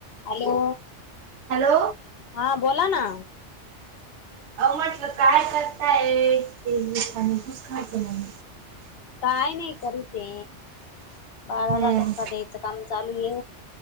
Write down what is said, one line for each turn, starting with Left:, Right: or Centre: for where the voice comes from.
Left: Hello
Right: hello
Left: हा बोला ना.
Right: अ म्हटलं काय करताय ते लुस खायचं म्हण.
Left: काय नाही करी ते बाळाला
Right: हम्म
Left: जर का द्यायचं काम चालू ये.